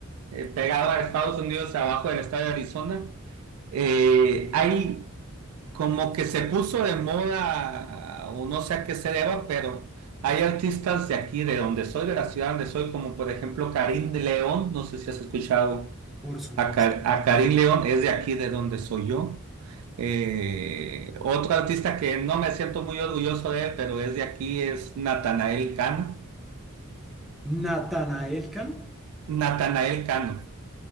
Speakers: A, on the right; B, in the centre.
A: eh, pegado a Estados Unidos, abajo del estado de Arizona. Eh, hay Como que se puso de moda, o no sé a qué se deba, pero hay artistas de aquí, de donde soy, de la ciudad donde soy, como por ejemplo Karim de León, no sé si has escuchado
B: Por supuesto.
A: a, Ka- a Karim León, es de aquí, de donde soy yo. Eh, otro artista que no me siento muy orgulloso de él, pero es de aquí, es Natanael Cano.
B: Natanael Can,
A: Natanael Cano.